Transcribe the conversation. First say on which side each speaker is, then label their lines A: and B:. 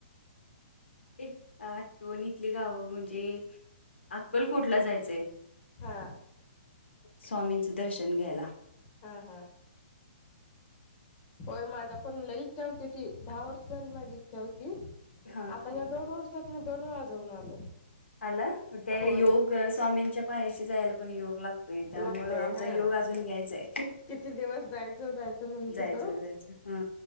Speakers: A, on the left; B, on the left.
A: एक आठवणीतली गावं म्हणजे अक्कलकोटला जायचंय.
B: हा
A: स्वामींचं दर्शन घ्यायला.
B: हा हा होय माझा पण ल इच्छा होती ती दहा वर्ष झाली माझी इच्छा होती.
A: हा
B: आता या्या दोन वर्षात मी दोन वेळाजवन आलो.
A: हला ते
B: होय
A: योग स्वामींच्या पायाशी जायला पण योग ला. त त्यामुळं
B: लागते
A: आमचा
B: हा
A: योग अजून यायचाय.
B: किती दिवस जायचं जायचं म्हणत
A: जायचं
B: त.
A: जायचं हा